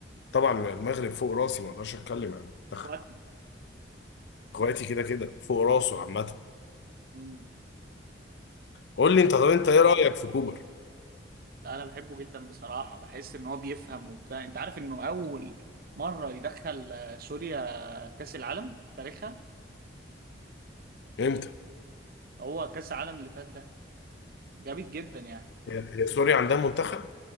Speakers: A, on the left; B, on the right.
A: طبعا المغرب فوق راسي ما اقدرش اتكلم عن المنتخب
B: اخواتنا
A: اخواتي كده كده فوق راسه عامه
B: مم.
A: قول لي انت طب انت ايه رايك في كوبر
B: لا انا بحبه جدا بصراحه بحس ان هو بيفهم وبتاع انت عارف انه اول مره يدخل آه، سوريا كاس العالم في تاريخها
A: امتى
B: هو كاس العالم اللي فات ده جامد جدا يعني
A: يا يا سوريا عندها منتخب